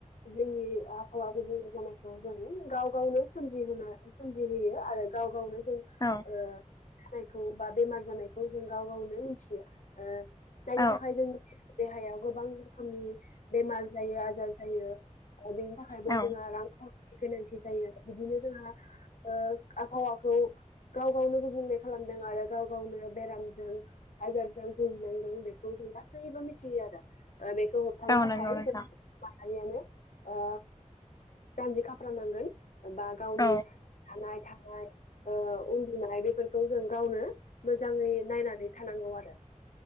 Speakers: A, on the left (about 75°); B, on the left (about 30°).
A: जोंनि आबहावा। गुबुं जानायखौ जों गाव गावनो मिहोन सोमजिहोयो आरो गाव गावनो। जों
B: औ
A: ओ जायखौ बा बेमार जानायखौ जों गाव गावनो मिथियो ओ। जायनि
B: औ
A: थाखाय जोंनि देहायाव गोबां रोखोमनि बेमार जायो आजार जायो। अदिन थाखायबो।
B: औ
A: रां ख गोनांथि जायो आरो बिदिनो जोंहा ओ आबहावाखौ। गाव गावनो गुबुंले खालामदों आरो गाव गावनो बेरामजों आजारजों भहिनांदों बेखौ। नासैबो मिथियो आरो। ओ बेखौ होबथानो थाखाय
B: नंगौ नोंथां
A: जों माहारियानो ओ। जानजि खाफ्रा नांगोन बा गावनि
B: औ
A: थानाय थानाय। ओ उन्दुनाय बेफोरखौ जों गावनो मोजाङै नायनानै थानांगौ आरो।